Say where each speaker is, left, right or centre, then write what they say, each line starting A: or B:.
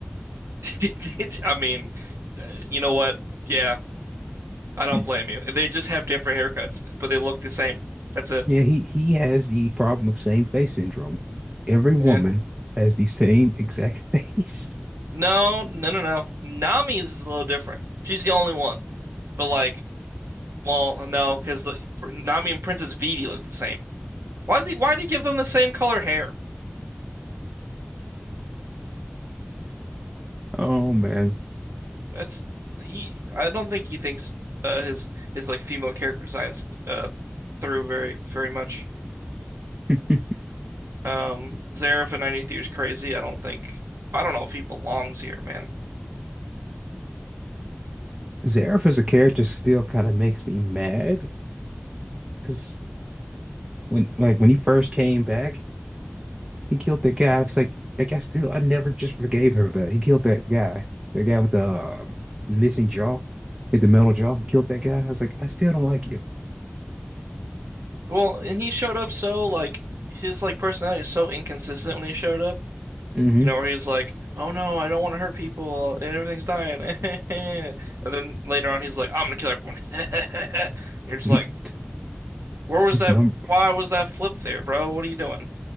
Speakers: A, on the right (about 75°); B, on the right (about 20°).
A: <laughs> I mean, uh, you know what? Yeah, I don't
B: You,
A: blame you. They just have different haircuts, but they look the same. That's it.
B: Yeah, he he has the problem of same face syndrome. Every woman
A: Yeah.
B: has the same exact <laughs> face.
A: No, no, no, no. Nami's is a little different. She's the only one. But like, well, no, because Nami and Princess Vivi look the same. Why did he, why did he give them the same color hair?
B: Oh man.
A: That's he. I don't think he thinks uh, his his like female character designs uh, through very very much.
B: <laughs>
A: Um, Zaref in 93 is crazy. I don't think. I don't know if he belongs here, man.
B: Zareth as a character still kind of makes me mad because when like when he first came back, he killed that guy. It's like like I still I never just forgave him for that. He killed that guy, that guy with the uh, missing jaw, with the metal jaw. He killed that guy. I was like, I still don't like you.
A: Well, and he showed up so like his like personality is so inconsistent when he showed up.
B: hmm
A: You know, where he was like, "Oh no, I don't want to hurt people, and everything's dying." <laughs> And then later on, he's like, "I'm gonna kill everyone." <laughs> You're just
B: <laughs>
A: like, "Where was
B: He's
A: that?
B: number
A: Why was that flip there, bro? What are you doing?"